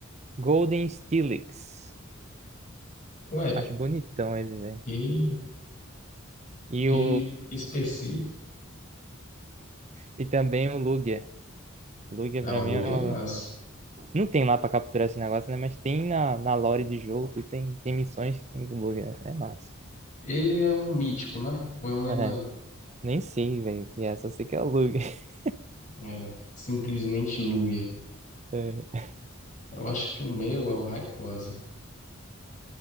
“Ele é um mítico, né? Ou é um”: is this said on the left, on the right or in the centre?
Left